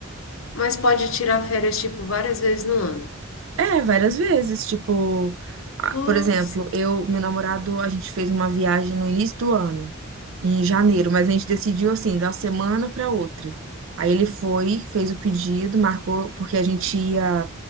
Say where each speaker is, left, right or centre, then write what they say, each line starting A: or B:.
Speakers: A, on the left; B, on the right.
A: Mas pode tirar férias, tipo, várias vezes no ano.
B: É, várias vezes, tipo, ah,
A: Nossa.
B: por exemplo, eu, meu namorado, a gente fez uma viagem no início do ano, em janeiro, mas a gente decidiu assim, de uma semana para outra. Aí ele foi, fez o pedido, marcou, porque a gente ia